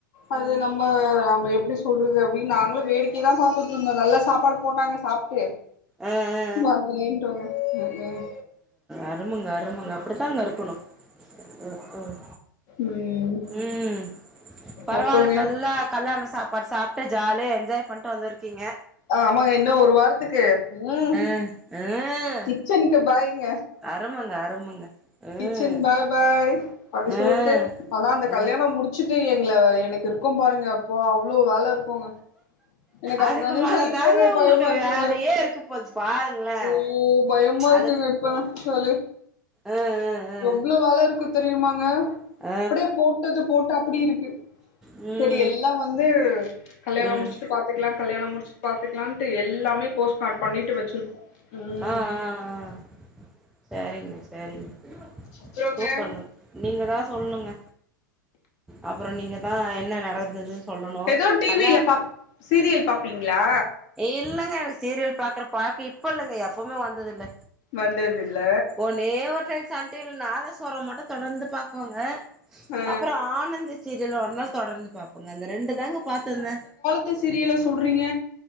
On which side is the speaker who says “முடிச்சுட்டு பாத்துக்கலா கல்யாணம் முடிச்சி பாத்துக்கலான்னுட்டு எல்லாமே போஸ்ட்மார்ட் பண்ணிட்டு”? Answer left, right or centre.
Left